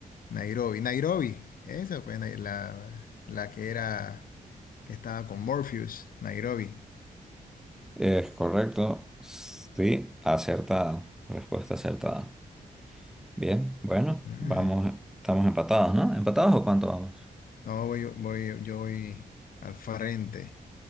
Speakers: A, on the left (about 70°); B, in the centre.
A: Nairobi. Nairobi, esa pues Nai- la, la que era, que estaba con Morpheus, Nairobi.
B: Es correcto, sí, acertado. Respuesta acertada. Bien, bueno,
A: Ah,
B: vamos, estamos empatados, ¿no? ¿Empatados o cuánto vamos?
A: no, voy, voy, yo voy al frente.